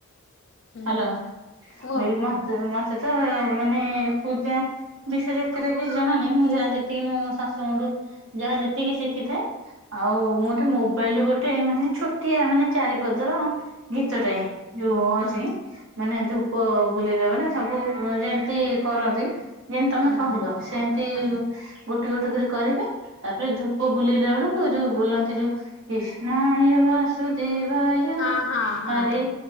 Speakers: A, on the left (about 55°); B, on the right (about 60°).
A: ହୁଁ
B: ହାଲୋ ମୁ
A: କୁହ
B: କହିଲି
A: କୁହ
B: ମତେ ମତେ ତ ମାନେ ପୂଜା ବିଷୟରେ ଏତେଟା କିଛି ଜଣାନାହିଁ ମୁଁ ଯାହା ଯେତିକି ମୋ ଶାଶୁ ଙ୍କଠୁ ଯାହା ଯେତିକି ଶିଖିଥାଏ ଆଉ ମୋଠୁ ମୋବାଇଲ୍ ଗୋଟେ ମାନେ ଛୋଟିଆ ମାନେ ଚାରିପଦର ଗୀତଟେ ଯୋଉ
A: ହଁ
B: ଅଛି ମାନେ ଧୂପ ବୁଲେଲା ବେଳେ ସବୁ ଯେମ୍ତି କରନ୍ତି ଯେମିତି ତମେ
A: ହଁ ହଁ
B: କହିଲ ସେମ୍ତି
A: ହଁ
B: ଗୋଟି ଗୋଟି କରି କରିବେ ତାପରେ ଧୂପ ବୁଲାଇଲା ବେଳକୁ ଯୋଉ ବୁଲନ୍ତି ଯୋଉ କ୍ରିଷ୍ଣାୟ ବାସୁଦେବାୟ
A: ହଁ ହଁ ହଁ
B: ହରେ